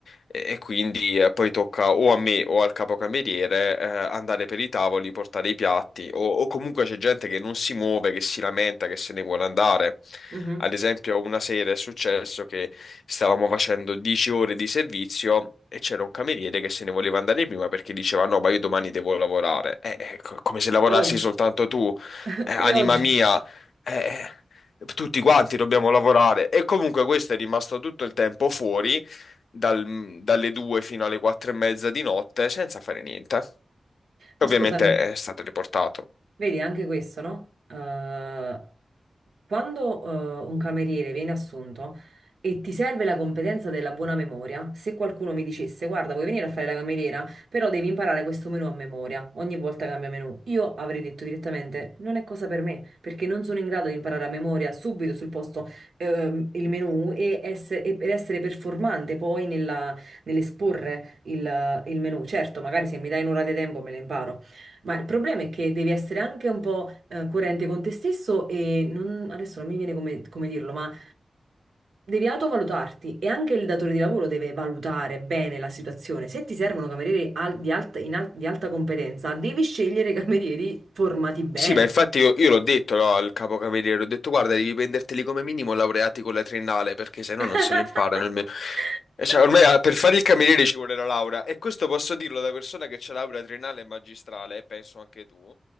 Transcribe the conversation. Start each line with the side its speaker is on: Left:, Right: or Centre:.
Left: e, e quindi eh, poi tocca o a me o al capocameriere eh, andare per i tavoli, portare i piatti o, o comunque c'è gente che non si muove, che si lamenta, che se ne vuole andare.
Right: mhm.
Left: Ad esempio, una sera è successo che stavamo facendo 10 ore di servizio e c'era un cameriere che se ne voleva andare prima perché diceva: No, ma io domani devo lavorare. Eh, eh, co- come se lavorassi
Right: Pure oggi,
Left: soltanto tu.
Right: <laughs>
Left: Eh, anima
Right: pure oggi.
Left: mia, eh, tutti quanti dobbiamo lavorare. E comunque questo è rimasto tutto il tempo fuori, dal- dalle 2 fino alle 4 e mezza di notte, senza fare niente. Ovviamente
Right: Ma scusami,
Left: è stato riportato.
Right: Vedi, anche questo, no? Eh, quando eh, un cameriere viene assunto e ti serve la competenza della buona memoria, se qualcuno mi dicesse, guarda, vuoi venire a fare la cameriera, però devi imparare questo menù a memoria, ogni volta cambia menù, io avrei detto direttamente, non è cosa per me, perché non sono in grado di imparare a memoria subito sul posto ehm, il menù e essere, e per essere performante poi nella- nell'esporre il, il menù. Certo, magari se mi dai un'ora di tempo me lo imparo. Ma il problema è che devi essere anche un po' eh, coerente con te stesso e non- adesso non mi viene come, come dirlo, ma devi autovalutarti e anche il datore di lavoro deve valutare bene la situazione. Se ti servono camerieri al- di alta, in al- di alta competenza, devi scegliere camerieri formati bene.
Left: Sì, ma infatti io, io l'ho detto no, al capocavaliere, ho detto guarda, devi prenderteli come minimo laureati con la triennale, perché se no
Right: <laughs>
Left: non se lo imparano. il me- E Cioè, ormai ah, per fare il cameriere ci vuole la laurea, e questo posso dirlo da persona che c'ha laurea triennale e magistrale, e penso anche tu,